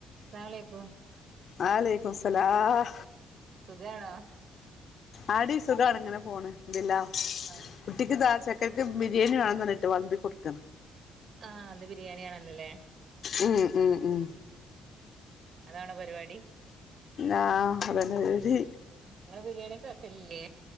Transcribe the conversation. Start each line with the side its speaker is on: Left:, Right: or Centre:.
Right: അസ്സലാമുഅലൈകും
Left: വലൈകുംസലാം
Right: സുഖാണോ
Left: ആ ടീ സുഖാണ് ഇങ്ങനെ പോണ് അൽഹംദുലില്ലാഹ്
Right: ആഹ്
Left: കുട്ടിക്ക് താ ചെക്കൻക്ക് ബിരിയാണി വേണ പറഞ്ഞിട്ട് വളമ്പി കൊടുക്കാണ്
Right: ആഹ് ഇന്ന് ബിരിയാണിയാണല്ലോ ല്ലേ
Left: ഉം ഉം ഉം
Right: അതാണോ പരിപാടി
Left: ആഹ് അതന്നെ പരിപാടി
Right: നിങ്ങള് ബിരിയാണി ഒക്കെ വെക്കലില്ലേ